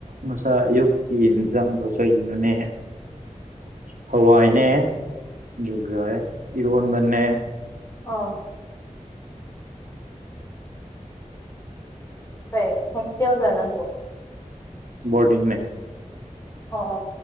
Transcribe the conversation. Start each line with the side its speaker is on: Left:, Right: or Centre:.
Right: ꯃꯁꯥ ꯌꯣꯛꯀꯤ ꯑꯦꯟꯖꯥꯝꯗꯣ ꯀꯩꯅꯣꯅꯦ ꯍꯋꯥꯏꯅꯦ ꯌꯒ ꯏꯔꯟꯕꯟꯦ
Left: ꯑꯥ ꯀꯩ ꯍꯦꯁꯇꯎꯖꯅ ꯊ꯭ꯔꯣ
Right: ꯕꯣꯔꯗꯤꯤꯡꯅꯦ
Left: ꯑꯣ